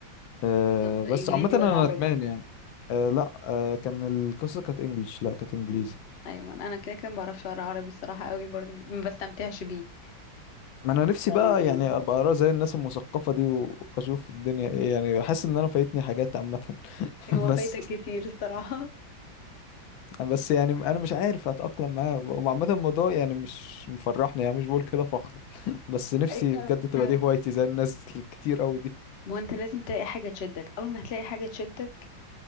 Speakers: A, on the left; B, on the left.
A: أه
B: طب
A: بس
B: انجليزي
A: عامه انا
B: ولا عربي
A: ندمان يعني أه لا أه كان القصه كانت انجلش لا كانت انجليزي
B: امم ايوه ما انا أنا كده كده ما بعرفش اقرا عربي الصراحه قوي برضو ما بستمتعش بيه
A: ما انا نفسي
B: ولا
A: بقى
B: انجليزي
A: يعني ابقى اقرا زي الناس المثقفه دي واشوف الدنيا ايه يعني حاسس ان انا فايتني حاجات عامه <laughs>
B: هو
A: بس
B: فايتك كتير الصراحه
A: بس يعني انا مش عارف اتاقلم معاه وعامه الموضوع يعني مش مفرحني يعني مش بقول كده فخر <laughs> بس نفسي
B: <laughs> ايوه
A: بجد تبقى
B: فاهم
A: دي هوايتي زي الناس الكتير قوي دي
B: ما هو انت لازم تلاقي حاجه تشدك اول ما هتلاقي حاجه تشدك